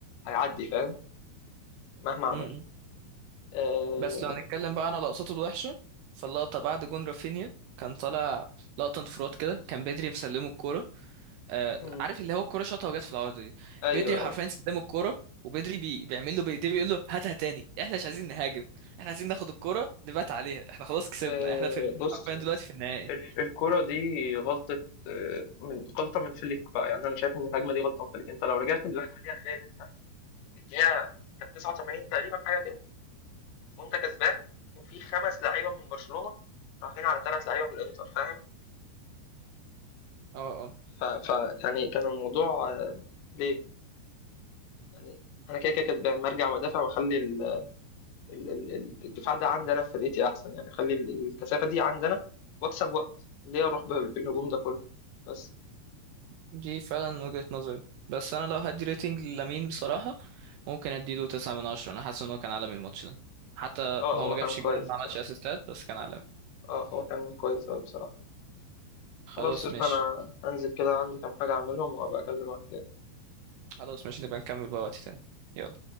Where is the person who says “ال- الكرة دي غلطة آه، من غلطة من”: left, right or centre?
Left